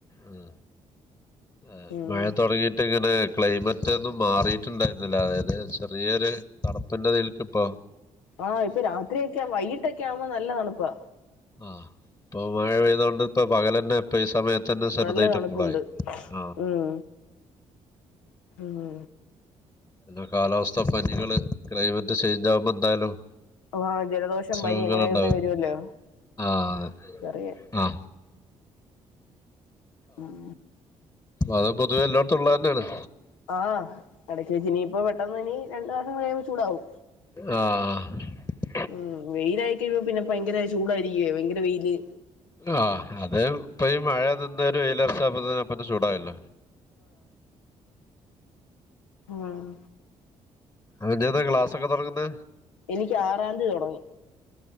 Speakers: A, on the left; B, on the left.
A: ആ ആ
B: ഉം
A: മഴ തുടങ്ങിട്ട് ഇങ്ങനെ ക്ലൈമറ്റ് ഒന്നും മാറിട്ടുണ്ടായിരുന്നില്ല അതായത് ചെറിയൊരു തണുപ്പിന്റെതിൽക്ക് ഇപ്പോ
B: ആഹ ഇപ്പൊ രാത്രിയൊക്കെ വൈകിട്ടൊക്കെ ആവുമ്പോ നല്ല തണുപ്പാ
A: ആഹ ഇപ്പൊ മഴ പെയ്ത കൊൊണ്ട് ഇപ്പ പകല തന്നെ ഇപ്പൊ ഈ സമയത്ത് തന്നെ ചെറുതായിട്ട്
B: നല്ല തണുപ്പുണ്ട്
A: കൂളായി ആഹ
B: ഉം ഉം
A: പി കാലാവസ്ഥാ പനികള് ക്ലൈമറ്റ് ചേഞ്ച് ആവുമ്പോ എന്തായാലും
B: ആജലദോഷം
A: അസുഖങ്ങൾ
B: പനി അങ്ങനെ
A: ഉണ്ടാവും
B: വരുവല്ലോ
A: ആഹ്
B: ചെറിയ
A: ആ
B: ഉം
A: അത് പൊതുവേ എല്ലോടത്തുള്ള താന്നെയാണ്..
B: ആഹ് ഇടക്ക് വെച്ച് ഇനീപ്പോ പെട്ടെന്ന് ഇനി രണ്ടു മാസം കയീമ്പോ ചൂടാവും
A: ആഹ്
B: മ് വെയ്ലായി കഴിയ്പോ പിന്നെ ഭയങ്കര ചൂടായിരിക്കുവേ ഭയങ്കര വെയ്ല്
A: ആഹ് അതേപ്പൊ ഈ മഴന്ന് ഒര് വെയ്ലറിച്ചാപ്പ തന്നെ ചൂടായ്ലേ.
B: ആഹ്
A: ഞ്ഞേന്നാ ക്ലാസ്സൊക്കെ തൊടങ്ങുന്നേ
B: എനിക്ക് ആറാദി തൊടങ്ങും